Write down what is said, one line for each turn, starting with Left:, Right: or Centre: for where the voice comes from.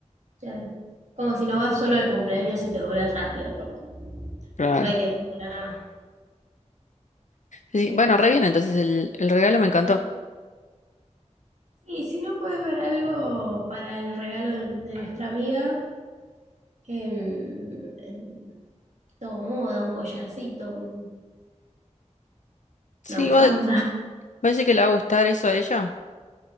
Right: Ya, como si no vas solo de cumpleaños y te volvés rápido, como
Left: Claro.
Right: no hay tiempo para nada.
Left: Sí, sí.
Right: Pero
Left: Bueno, re bien, entonces el, el regalo me encantó.
Right: sí. Y si no puedes ver algo para el regalo de, de nuestra amiga, em, em, todo moda, un collarcito, un-
Left: Sí,
Right: una bufanda.
Left: ¿vos,
Right: <laughs>
Left: vos decís que le va a gustar eso a ella?